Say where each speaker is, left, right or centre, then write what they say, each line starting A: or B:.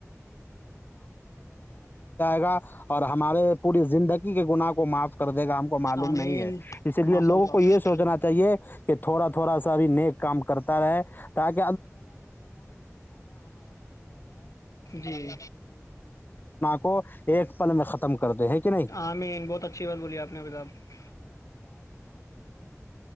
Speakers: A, on the left; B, on the left.
A: گا اور ہمارے <unintelligible> پوری زندگی کے گنااہ کو معاف کر <unintelligible> گم کو معلوم
B: آمین
A: نہیں ہے اسی لیے
B: ماشاء
A: لوگوں
B: اللہ
A: کو یہ سوچنا چاہیے <unintelligible> کہ تھوڑا تھوڑا سا ابھی نیک کام کرتا رہے تاکہ <unintelligible> <unintelligible> <unintelligible>
B: جی
A: کو ایک پل میں ختم کر <unintelligible> <unintelligible> <unintelligible>
B: آمین بہت اچھی بات بولی آپ نے ابھی صاحب